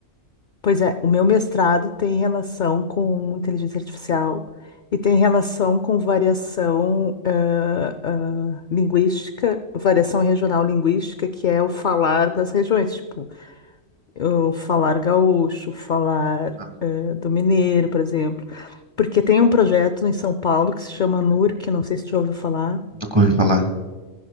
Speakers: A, on the left; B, on the right.
A: pois é, o meu mestrado tem relação com inteligência artificial e tem relação com variação eh, ah, linguística, variação regional linguística, que é o falar das regiões, tipo. o falar gaúcho, falar
B: Ah,
A: eh, do mineiro, por exemplo. Porque tem um projeto em São Paulo que se chama NUR, que não sei se tu já ouviu falar,
B: Nunca ouvi falar.